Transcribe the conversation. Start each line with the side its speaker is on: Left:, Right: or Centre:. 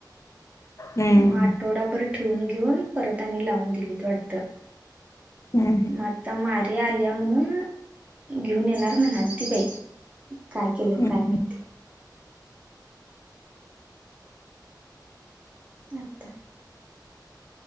Left: हम्म
Right: म आठवडाभर ठेवून घेऊन परत आणून लावून दिलीत वाटतं
Left: हम्म.
Right: म आता मार्या आल्या म्हणून घेऊन येणार म्हणालती बाई काय केलत
Left: हम्म
Right: काय माहिती अत्ता